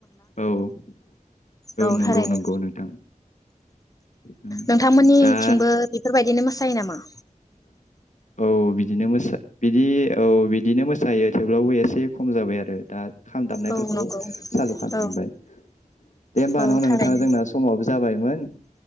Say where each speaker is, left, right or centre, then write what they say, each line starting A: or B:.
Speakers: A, on the left (about 60°); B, on the left (about 25°).
A: औ
B: औ
A: नंगौ
B: थारैनो
A: नंगौ नोंथां उम,
B: नोंथांमोननिथिंबो
A: दा
B: बेफोरबायदिनो मो सायो नामा?
A: औ औ बिदिनो मोसा बिदि औ बिदिनो मोसायो थेवब्लाबो एसे खम जाबाय आरो दा। खाम दामनायफोरखौ
B: औ नंगौ
A: सालु खालामफिनबाय
B: औ
A: दे होमबा
B: औ
A: न' नोंथां
B: थारैनो
A: जोंना समाबो जाबायमोन।